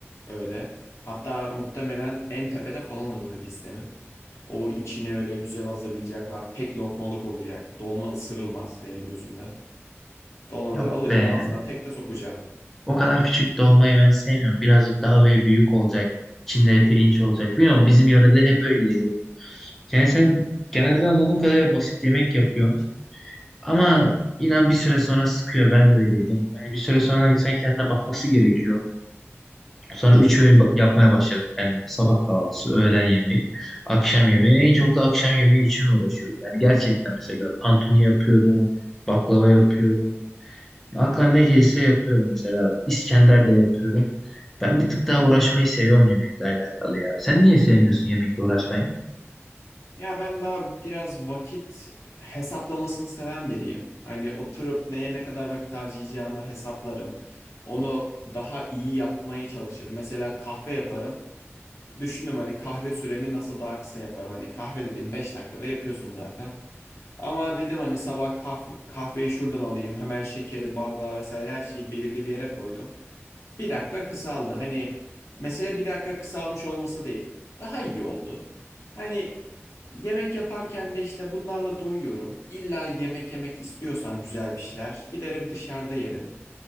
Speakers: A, on the left; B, in the centre.
A: öyle. Hatta muhtemelen en tepede falan alır listemin. O içini öyle güzel hazırlayacaklar. Tek lokmalık olacak. Dolma ısırılmaz benim gözümde. Dolma
B: Yok
A: böyle alacaksın
B: be.
A: ağzına tek de sokacaksın.
B: O kadar küçük dolmayı ben sevmiyorum. Birazcık daha böyle büyük olacak. İçinde pirinç olacak. Bilmiyorum bizim yörede hep öyle yiyorduk. Yani sen genelde anladığım kadarıyla basit yemek yapıyorsun. Ama inan bir süre sonra sıkıyor. Ben de öyleydim. Hani bir süre sonra insan kendine bakması gerekiyor. Sonra üç öğün ba- yapmaya başladım kendime. Sabah kahvaltısı, öğlen yemeği, akşam yemeği. En çok da akşam yemeği için uğraşıyorum. Yani gerçekten mesela tantuni yapıyorum, baklava yapıyorum. Aklıma ne gelirse yapıyorum mesela. İskender de yapıyorum. Ben bir tık daha uğraşmayı seviyorum yemekle alakalı ya. Sen niye sevmiyorsun yemekle uğraşmayı?
A: Ya ben daha biraz vakit hesaplamasını seven biriyim. Hani oturup neye ne kadar vakit harcayacağımı hesaplarım. Onu daha iyi yapmaya çalışırım. Mesela kahve yaparım. Düşündüm hani kahve süremi nasıl daha kısa yaparım. Hani kahve dediğim 5 dakikada yapıyorsun zaten. Ama dedim hani sabah kahve, kahveyi şuradan alayım. Hemen şekeri, bardağı vesaire her şeyi belirli bir yere koydum. Bir dakika kısaldı. Hani mesele bir dakika kısalmış olması değil. Daha iyi oldu. Hani yemek yaparken de işte bunlarla doyuyorum. İlla yemek yemek istiyorsam güzel bir şeyler giderim dışarıda yerim.